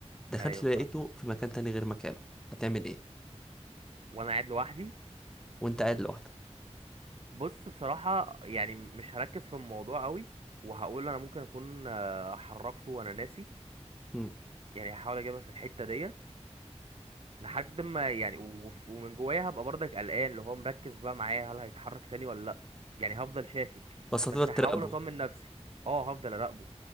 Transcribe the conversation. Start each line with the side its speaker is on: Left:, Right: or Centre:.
Centre: دخلت
Right: ايوه
Centre: لقيته
Right: فاهم
Centre: في مكان تاني غير مكانه هتعمل ايه
Right: وانا قاعد لوحدي
Centre: وانت قاعد لوحدك
Right: بص بصراحة يعني مش هركز في الموضوع قوي وهقول انا ممكن اكون آه، حركته وانا ناسي
Centre: مم.
Right: يعني هحاول اجيبها في الحتة ديت لحد ما يعني وف- ومن جوايا هبقى برضك قلقان اللي هو مركز بقى معايا هل هيتحرك تاني ولا لا يعني هفضل شاكك
Centre: بس هتقدر
Right: بس
Centre: تراقبه
Right: هحاول اطمن نفسي اه هفضل اراقبه